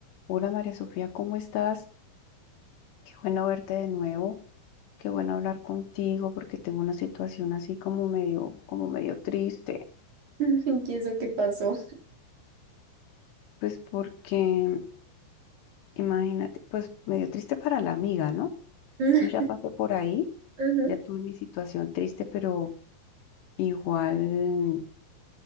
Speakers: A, on the left; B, on the right.
A: Hola María Sofía, ¿cómo estás? Qué bueno verte de nuevo, qué bueno hablar contigo porque tengo una situación así como medio, como medio triste,
B: <laughs> ¿Y eso qué pasó?
A: pues porque imagínate, pues medio triste para la amiga, ¿no?
B: <laughs>
A: Yo ya pasé por ahí,
B: Ujú.
A: ya tuve mi situación triste, pero igual